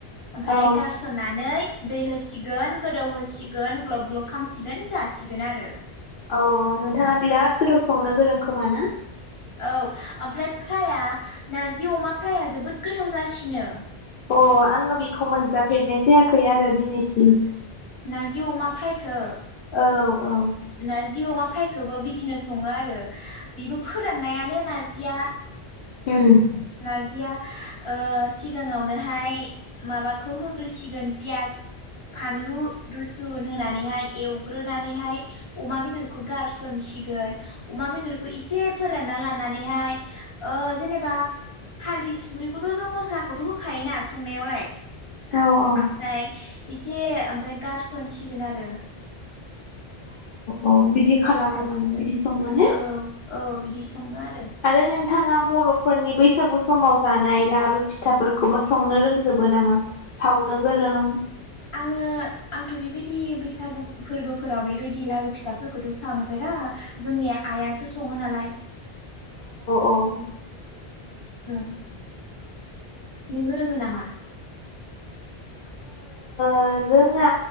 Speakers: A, on the left (about 30°); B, on the left (about 60°).
A: ओमफ्राय
B: औ
A: गारसननानै दै हो होसिगोन गोदौ होसिगोन ग्लब ग्लब खालामसिगोन जासिगोन आरो।
B: औ औ नोंथाङा बिराद गोथाव संनो गोरों खोमा ना?
A: औ ओमफ्राय फ्राया नारजि अमा फ्राया जोबोद गोथाव जासिनो।
B: अ आङो बेखौ मोनजाफेरनाय जायाखै आरो दिनैसिम।
A: नारजि अमा फ्रायखो
B: औ औ
A: नारजि अमा फ्रायखौबो बिदिनो सङो आर रो बेबो फोराननायानो नारजिया।
B: उम
A: नारजिया ओ सिगाङावनोहाय माबाखौ होग्रोसिगोन पियास फानलु रुसुन होनानैहाय एवग्रोनानैहाय अमा बेदरखौ गारसनसिगोन अमा बेदरखौ एसे फोरानना लानानैहाय ओ जेनेबा हालदै सुंख्रिखौथ' जों मस्लाखौथ' होखायोना सुंनायावलाय
B: औ औ
A: ओमफ्राय एसे ओमफ्राय गारसनसिगोन आरो
B: अ' बिदि खालामो
A: नारजिखौ
B: नामा बिदि सङो ने?
A: औ औ बिदि सङो आ
B: आरो नों नोंथाङा बर'फोरनि बैसागु समाव जानाय लारु, फिथाफोरखौबो संनो रोंजोबो नामा? सावनो गोरों
A: आङो आंथ' बेबायदि बैसागु फोरबोफोराव बेबायदि लारु फिथाफोरखौथ' संफेरा जोंनि आइयासो सङो नालाय।
B: ओं
A: ओम नोङो रोङो नामा?
B: ओ रोङा